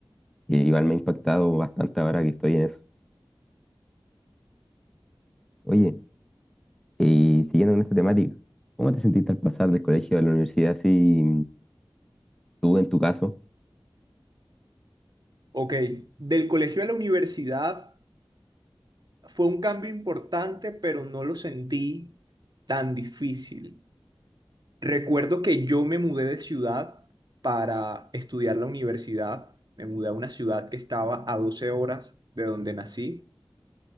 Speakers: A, in the centre; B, on the right (about 50°).
A: Y igual me ha impactado bastante ahora que estoy en eso. Oye, y siguiendo con esta temática, ¿cómo te sentiste al pasar del colegio a la universidad? Si tú en tu caso,
B: Ok, del colegio a la universidad fue un cambio importante, pero no lo sentí tan difícil. Recuerdo que yo me mudé de ciudad para estudiar la universidad. Me mudé a una ciudad que estaba a 12 horas de donde nací.